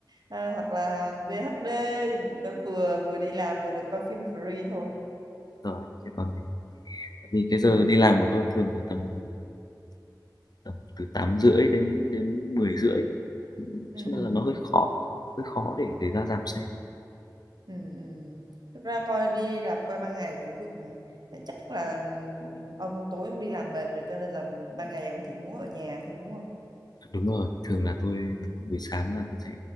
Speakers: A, on the right; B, on the left.
A: à, hoặc là BHD đó vừa vừa đi làm vừa được coi phim free thôi.
B: rồi chứ còn thì- tại vì cái giờ
A: Ừ.
B: đi làm của tôi thường là tầm tầm từ tám rưỡi đến đến mười rưỡi
A: Ừ.
B: cho nên là nó hơi khó hơi khó để để ra rạp xem
A: Ừ. Ừ. Thực ra coi đi rạp coi ban ngày cũng được mà. Chắc là ừ, ông tối ông đi làm mệt rồi cho nên là ban ngày ông chỉ muốn ở nhà thôi đúng không?
B: đúng rồi thường là tôi buổi sáng là tôi sẽ